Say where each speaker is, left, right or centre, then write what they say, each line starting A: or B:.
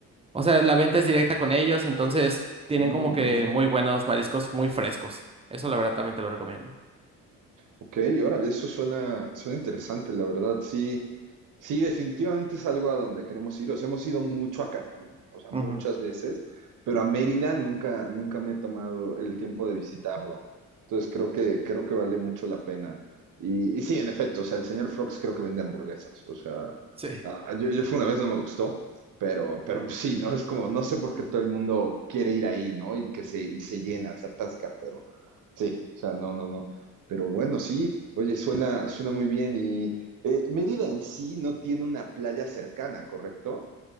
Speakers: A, on the right; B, on the right.
A: o sea, la venta es directa con ellos, entonces tienen
B: Mm,
A: como que
B: ujú.
A: muy buenos mariscos muy frescos. Eso la verdad también te lo recomiendo.
B: Ok, órale, eso suena, suena interesante, la verdad, sí, sí, definitivamente es algo a donde queremos ir. O sea, hemos ido mucho a Cancún, o sea,
A: Ujú.
B: muchas veces, pero a Mérida nunca, nunca me he tomado el tiempo de visitarlo. Entonces creo que, creo que vale mucho la pena. Y, y sí, en efecto, o sea, el señor Frogs creo que vende hamburguesas. O sea,
A: Sí.
B: ah, ah, yo, yo fui una vez, no me gustó, pero, pero <laughs> sí, ¿no? Es como, no sé por qué todo el mundo quiere ir ahí, ¿no? Y que se, y se llena, se atasca, pero sí, o sea, no, no, no. Pero bueno, sí, oye, suena, suena muy bien. Y eh, Mérida en sí no tiene una playa cercana, ¿correcto?